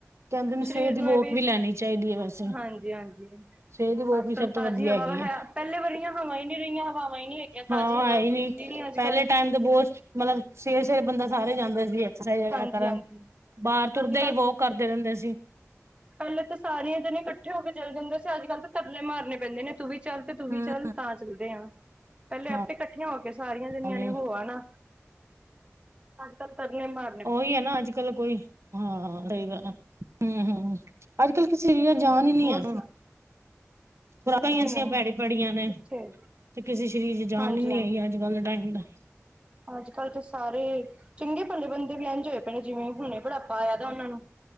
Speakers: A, on the right; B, on the right.
A: ਕਹਿੰਦੇ ਨੇ
B: ਸ਼ਰੀਰ
A: ਸਵੇਰ ਦੀ
B: ਨੂੰ
A: ਵੋਕ
B: ਇਹ ਵੀ
A: ਲੈਣੀ ਚਾਹੀਦੀ ਐ ਵੈਸੇ,
B: ਹਾਂਜੀ ਹਾਂਜੀ
A: ਸਵੇਰ ਦੀ ਵੋਕ
B: ਅੱਜ
A: ਵੀ
B: ਕੱਲ੍ਹ
A: ਸਭ ਤੋਂ
B: ਤਾਜ਼ੀ
A: ਵਧੀਆ
B: ਹਵਾਂਵਾ
A: ਹੈਗੀ
B: ਹੈ
A: ਐ।
B: ਪਹਿਲੇ ਵਰਗੀਆਂ ਹਵਾ ਹੀ ਨੀ ਰਹੀਆਂ ਹਵਾਵਾਂ ਹੀ ਨੀ ਹੈਗੀਆਂ ਤਾਜ਼ੀ
A: ਹਾਂ
B: ਹਵਾ
A: ਹੈ ਹੀ
B: ਵੀ ਏ ਨੀ ਅੱਜ-ਕੱਲ
A: ਪਹਿਲੇ ਟਾਈਮ ਦੇ ਬੋਤ, ਮਤਲਬ ਸਵੇਰੇ-ਸਵੇਰੇ ਬੰਦਾ ਸਾਰੇ ਜਾਂਦਾ ਸੀਗੇ <unintelligible> ਵਗੈਰਾ
B: ਹਾਂਜੀ
A: ਕਰਨ,
B: ਹਾਂਜੀ
A: ਬਾਰ ਤੁਰਦੇ
B: ਅੱਜ
A: ਈ ਵੋਕ ਕਰਦੇ ਰੈਂਦੇ ਸੀ।
B: ਪੈਲੇ ਤਾਂ ਸਾਰੀਆਂ ਜਨੇ ਕੱਠੇ ਹੋ ਕੇ ਚੱਲ ਜਾਂਦੇ ਸੀ ਅੱਜ-ਕੱਲ ਤਾਂ ਤਰਲੇ ਮਾਰਨ ਪੈਂਦੇ ਨੇ ਤੂੰ ਵੀ ਚੱਲ ਤੇ ਤੂੰ ਵੀ
A: ਹੂੰ।
B: ਚੱਲ ਤਾਂ ਚੱਲਦੇ ਆਂ ਪੈਲੇ ਆਪੇ
A: ਹਾਂ,
B: ਕੱਠੀਆਂ ਹੋ ਕੇ ਸਾਰੀਆਂ ਜਨੀਆਂ
A: ਨਹੀਂ
B: ਨੇ ਹੋ ਆਨਾ ਅੱਜ ਤੱਕ ਤਰਲੇ ਮਾ
A: ਓਈ ਐ ਨਾ ਅੱਜ-ਕੱਲ ਕੋਈ, ਹਾਂ ਸਈ ਗੱਲ ਐ, ਹੂੰ-ਹੂੰ ਅੱਜ-ਕੱਲ ਕਿਸੇ ਵੀ ਜਾਨ ਈ ਨੀ
B: ਹੋਰ
A: ਆ
B: ਸੁਣਾ
A: ਖੁਰਾਕਾਂ
B: ਨਹੀਂ
A: ਈ ਐਸੀ
B: ਨਹੀਂ
A: ਭੈੜੀ ਭੈੜੀਆਂ ਨੇ
B: ਕਿੱਥੇ
A: ਤੇ ਕਿਸੇ ਦੇ ਸਰੀਰ ਚ ਜਾਨ
B: ਹਾਂਜੀ
A: ਈ ਨੀ ਹੈਗੀ ਅੱਜ-ਕੱਲ ਦਾ ਟਾਈਮ ਦਾ
B: ਅੱਜ-ਕੱਲ ਤੇ ਸਾਰੇ ਚੰਗੇ ਭਲੇ ਬੰਦੇ ਵੀ ਇੰਜ ਹੋਏ ਪਏ ਨੇ ਜਿਵੇਂ ਹੁਨੇ ਬੁਢਾਪਾ ਆਏਆ ਦਾ ਓਨਾਂ ਨੂੰ।